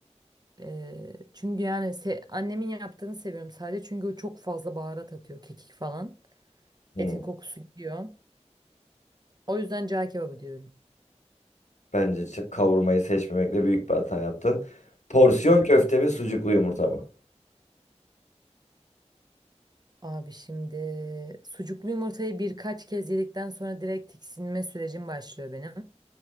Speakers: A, on the right; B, on the left.
A: Ee, çünkü yani se- annemin yaptığını seviyorum sadece çünkü o çok fazla baharat atıyor kekik falan.
B: Hmm.
A: Etin kokusu gidiyor. O yüzden cağ kebabı diyorum.
B: Bence ç- kavurmayı seçmemekle büyük bir hata yaptın. Porsiyon köfte mi, sucuklu yumurta mı?
A: Abi şimdi sucuklu yumurtayı birkaç kez yedikten sonra direkt tiksinme sürecim başlıyor benim.